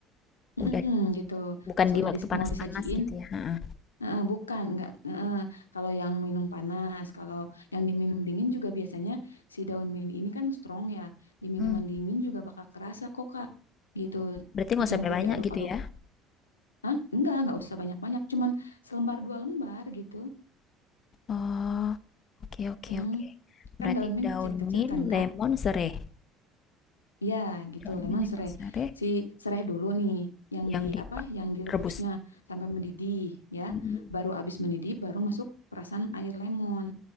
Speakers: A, on the left (about 80°); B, on the left (about 40°).
A: Mm-mm,
B: udah
A: gitu.
B: bukan
A: Pas
B: di
A: udah
B: waktu
A: dis-
B: panas-panas
A: mau disajiin,
B: gitu ya. Heeh.
A: eh, bukan, enggak. eh, Kalau yang minum panas, kalau yang diminum dingin juga biasanya si daun mint ini kan strong ya. Di minuman
B: Hmm,
A: dingin juga bakal kerasa kok, Kak. Gitu.
B: Berarti nggak
A: Dicampur
B: usah sampai banyak
A: diaduk-aduk.
B: gitu ya?
A: Hah? Enggak, enggak usah banyak-banyak. Cuman selembar dua lembar gitu.
B: Oh, oke oke
A: Mm.
B: oke. Berarti
A: Kan daun mint
B: daun
A: kecil-kecil
B: mint,
A: kan,
B: lemon,
A: Kak.
B: serai.
A: Iya, gitu.
B: Daun mint,
A: Lemon
B: lemon,
A: sereh.
B: serai
A: Si sereh dulu nih yang
B: yang
A: di
B: direbus.
A: apa? Yang direbusnya sampai mendidih ya.
B: Mm-mm.
A: Baru habis mendidih baru masuk perasan air lemon.